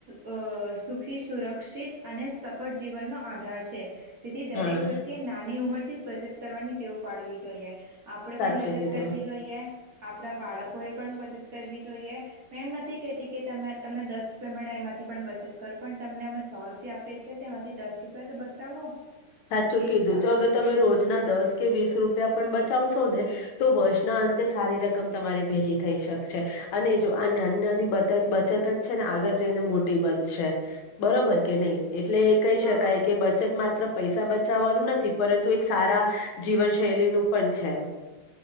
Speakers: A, on the right; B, on the left.
A: અ સુખી સુરક્ષિત અને સફળ જીવનનોો આધાર છે. તેથી દરેક
B: હા
A: વ્યક્તિએ નાની ઉંમરથી જ બચત કરવાની ટેવ પાડવી જોઈએ આપણેે
B: સાચું
A: પણ બચત
B: કીધું
A: કરવી જોઈએ આપણા બાળકોએ પણ બચત કરવી જોઈએ મેં એમ નથી કહેતી કે ત તમને દસ રૂપિયા મળ્યા એમાંથી પણ બચત કરો પણ તમને અમે સો રૂપિયા આપીએ છીએ. તેમાંથી દસ રૂપિયા તો બચાવો
B: સાચું
A: એ
B: કીધું
A: હિસાબથી
B: જો અગર તમે રોજના દસ કે વીસ રૂપિયા પણ બ ો ને તો વર્ષના અંતે સારી રકમ તમારી ભેગી થઈ શકશે અને જો આ ની બચત જ છે ને આગળ જઈને મોટી બનશે બરોબર કે નહી? એટલે એ કહી
A: હા
B: શકાય કે બચત માત્ર પૈસા બચાવવાનું નથી પરંતુ એક સારા, જીવનશૈલીનું પણ છે.